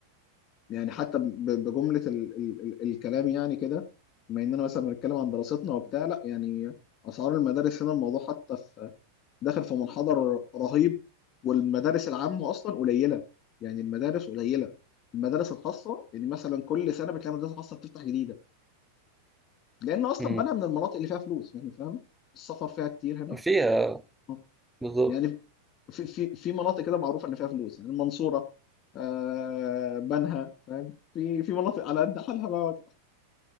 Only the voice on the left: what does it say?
يعني حتى ب- بجملة ال ال ال الكلام يعني كده بما اننا مثلا بنتكلم عن دراستنا وبتاع لا يعني اسعار المدارس هنا الموضوع حتى في داخل في منحدر رهيب والمدارس العامة اصلا قليلة يعني المدارس قليلة المدارس الخاصة يعني مثلا كل سنة بتلاقي مدرسة خاصة بتفتح جديدة لان اصلا
بنها من المناطق اللي فيها فلوس يعني فاهم السفر فيها كتير هنا
آه.
يعني في في في مناطق كده معروفة ان فيها فلوس يعني المنصورة آه بنها فاهم في في مناطق على قد حالها بقى